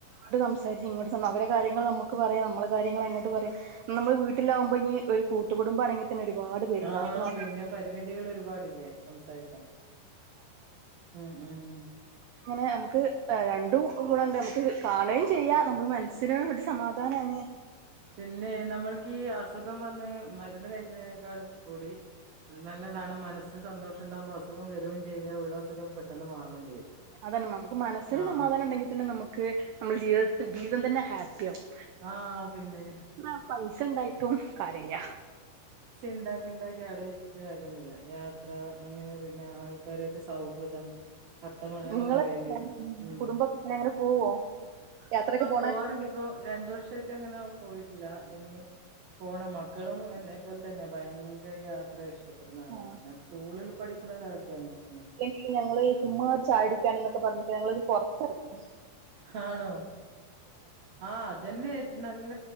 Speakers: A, on the right (about 85°); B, on the right (about 60°).
A: അങ്ങോട്ട് സംസാരിച്ച് ഇങ്ങോട്ട് സംസാരിച്ച് അവരെ കാര്യങ്ങൾ നമ്മുക്ക് പറയാ നമ്മള കാര്യങ്ങൾ അങ്ങോട്ട് പറയാം നമ്മൾ വീട്ടിലാവുമ്പോ ഇനി ഒരു കൂട്ടുകുടുംബം ആണെങ്കിൽ ഒരുപാട് പേരുണ്ടാവും
B: ആഹ്
A: അപ്പൊ നമ്മ
B: പിന്നെ പരിമിതികൾ ഒരുപാടില്ലേ സംസാരിക്കാൻ ഉം ഉം ഉം
A: ഇങ്ങനെ നമ്മുക്ക് രണ്ടും ഗുണണ്ട് നമ്മുക്ക് കാണുകയും ചെയ്യാം നമ്മള് മനസ്സിന് ഒരു സമാധാനമാണ്
B: പിന്നെ നമ്മൾക്ക് ഈ അസുഖം വന്ന് മരുന്ന് കഴിക്കുന്നതിനേക്കാളും കൂടി നല്ലതാണ് മനസ്സ് സന്തോഷം ഉണ്ടാകുമ്പോ അസുഖം വരുവെചെയ്യില്ല ഉള്ള അസുഖം പെട്ടെന്ന് മാറുകയും ചെയ്യും
A: അതാണ് നമ്മുക്ക് മനസ്സിന്
B: ആഹ്
A: സമാധാനം ഉണ്ടെങ്കിൽ പിന്നെ നമ്മുക്ക് നമ്മുടെ ജീവിതത്തി ജീവിതം തന്നെ ഹാപ്പി ആവും
B: ആഹ് പിന്നെ
A: <unintelligible> പൈസ ഉണ്ടായിട്ടും കാര്യം ഇല്ല
B: ഉണ്ടാക്കി ഉണ്ടാക്കി അവിടെ വെച്ചിട്ട് കാര്യമൊന്നുമില്ല യാത്ര അങ്ങനെ പിന്നെ ആൾക്കാരായിട്ട് സൗഹൃദം വർത്തമാനം
A: നിങ്ങള്
B: പറയല്
A: <unintelligible>
B: ഉം
A: ഇങ്ങനെ പോവോ യാത്രക്ക് <unintelligible>
B: പോവാറുണ്ടിപ്പൊ രണ്ടു വർഷായിട്ടങ്ങനെ പോയിട്ടില്ല ഇനി പോണം. മക്കളും എന്നെ പോലെ തന്നെ ഭയങ്കര യാത്ര ഇഷ്ടം ഇഷ്ടപ്പെടുന്ന ആളാണ്.
A: ആഹ്
B: ഞാൻ സ്കൂളിൽ പഠിക്കുന്ന കാലത്തെ അങ്ങനെ തന്നെ
A: എനിക്ക് ഞങ്ങള് ചുമ്മാ ഒരു ചായടിക്കാന് ന്നൊക്കെ പർഞ്ഞിട്ട് ഞങ്ങളൊരു പൊർത്തർങ്ങി
B: ഹാണോ ആഹ് അതെന്നെ നല്ല